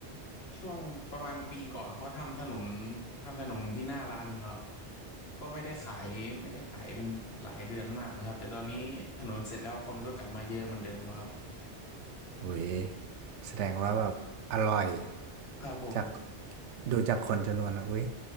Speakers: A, on the left; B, on the right.
A: ช่วงประมาณปีก่อนเขาทำถนนทำถนนที่หน้าร้านครับก็ไม่ได้ขายไม่ได้ขายเป็นหลายเดือนมากนะครับแต่ตอนนี้ถนนเสร็จแล้วคนก็กลับมาเยอะเหมือนเดิมแล้วครับ
B: โอ้ยแสดงว่าแบบอร่อย
A: ครับผม
B: จากดูจากคนจำนวนแล้วเว้ย